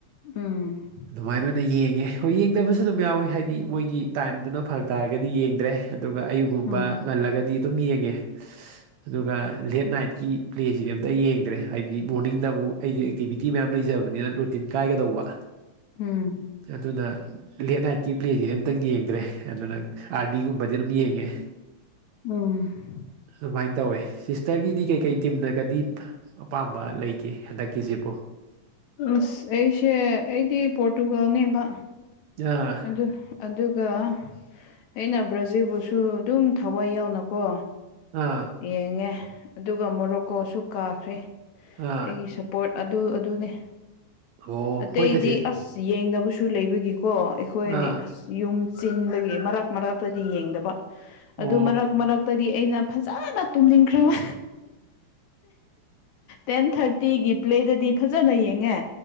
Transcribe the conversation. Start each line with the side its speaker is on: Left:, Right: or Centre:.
Left: ꯎꯝ
Right: ꯑꯗꯨꯃꯥꯏꯅ ꯑꯣꯏꯅ ꯌꯦꯡꯉꯦ ꯍꯣꯏ ꯌꯦꯡꯗꯕꯁꯨ ꯑꯗꯨꯝ ꯌꯥꯎꯋꯤ ꯍꯥꯏꯗꯤ ꯃꯣꯏꯒꯤ ꯇꯥꯏꯝꯗꯨꯅ ꯐꯔꯛ ꯇꯥꯔꯒꯗꯤ ꯌꯦꯡꯗ꯭ꯔꯦ ꯑꯗꯨꯒ ꯑꯌꯨꯒꯨꯝꯕ
Left: ꯎꯝ
Right: ꯉꯜꯂꯒꯗꯤ ꯑꯗꯨꯝ ꯌꯦꯡꯉꯦ ꯑꯗꯨꯒ ꯂꯦꯠ ꯅꯥꯏꯠꯀꯤ ꯄ꯭ꯂꯦꯁꯤꯗꯤ ꯑꯝꯇ ꯌꯦꯡꯗ꯭ꯔꯦ ꯍꯥꯏꯕꯗꯤ ꯃꯣꯔꯅꯤꯡꯗ ꯑꯃꯨꯛ ꯑꯩꯗꯤ ꯑꯦꯛꯇꯤꯚꯤꯇꯤ ꯃꯌꯥꯝ ꯂꯩꯖꯕꯅꯤꯅ ꯔꯨꯇꯤꯟ ꯀꯥꯏꯒꯗꯧꯕ
Left: ꯎꯝ
Right: ꯑꯗꯨꯅ ꯂꯦꯠ ꯅꯥꯏꯠꯀꯤ ꯄ꯭ꯂꯦꯁꯤꯗꯤ ꯑꯝꯇꯪ ꯌꯦꯡꯗ꯭ꯔꯦ ꯑꯗꯨꯅ ꯑꯥꯔꯗꯤꯒꯨꯝꯕꯗꯤ ꯑꯗꯨꯝ ꯌꯦꯡꯉꯦ
Left: ꯎꯝ
Right: ꯑꯗꯨꯃꯥꯏꯅ ꯇꯧꯋꯦ ꯁꯤꯁꯇꯔꯒꯤꯗꯤ ꯀꯩꯀꯩ ꯇꯤꯝꯅꯒꯗꯤ ꯑꯄꯥꯝꯕ ꯂꯩꯒꯦ ꯍꯟꯗꯛꯀꯤꯖꯤꯕꯨ
Left: ꯑꯁ ꯑꯩꯁꯦ ꯑꯩꯗꯤ ꯄꯣꯔꯇꯨꯒꯥꯜꯅꯦꯕ
Right: ꯑꯥ
Left: ꯑꯗꯨ ꯑꯗꯨꯒ ꯑꯩꯅ ꯕ꯭ꯔꯖꯤꯜꯕꯨꯁꯨ ꯑꯗꯨꯝ ꯊꯋꯥꯏ ꯌꯥꯎꯅꯀꯣ
Right: ꯑꯥ
Left: ꯌꯦꯡꯉꯦ ꯑꯗꯨꯒ ꯃꯣꯔꯣꯛꯀꯣꯁꯨ ꯀꯥꯈ꯭ꯔꯦ
Right: ꯑꯥ
Left: ꯒꯤ ꯁꯄꯣꯔꯠ ꯑꯗꯨ ꯑꯗꯨꯅꯤ
Right: ꯑꯣ
Left: ꯑꯇꯩꯗꯤ
Right: ꯍꯣꯏꯗ ꯁꯤꯁ
Left: ꯑꯁ ꯑ ꯌꯦꯡꯗꯕꯁꯨ ꯂꯩꯕꯒꯤꯀꯣ ꯑꯩꯈꯣꯏ
Right: ꯑꯥ
Left: ꯑꯁ ꯌꯨꯝ ꯆꯤꯟꯕꯒꯤ ꯃꯔꯛ ꯃꯔꯛꯇꯗꯤ ꯌꯦꯡꯗꯕ
Right: ꯑꯣ
Left: ꯑꯗꯨ ꯃꯔꯛ ꯃꯔꯛ ꯇꯗꯤ ꯑꯩꯅ ꯐꯖꯅ ꯇꯨꯝꯅꯤꯡꯈ꯭ꯔꯤꯕ ꯇꯦꯟ ꯊꯥꯔꯇꯤꯒꯤ ꯄ꯭ꯂꯦꯗꯗꯤ ꯐꯖꯅ ꯌꯦꯡꯉꯦ